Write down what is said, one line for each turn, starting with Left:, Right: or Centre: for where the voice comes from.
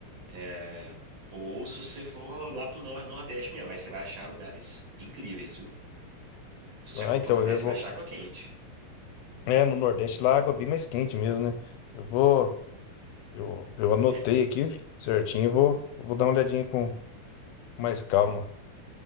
Right: É, ou se você for lá pro nor Nordeste mesmo, mas você vai achar lugares incríveis, viu? Se
Left: ah,
Right: você for
Left: então
Right: pro Nordeste,
Left: eu vou.
Right: você vai achar água quente.
Left: É, no Nordeste lá a água é bem mais quente mesmo, né? Eu vou. Eu, eu anotei
Right: É,
Left: aqui certinho, eu vou, vou dar uma olhadinha com, com mais calma.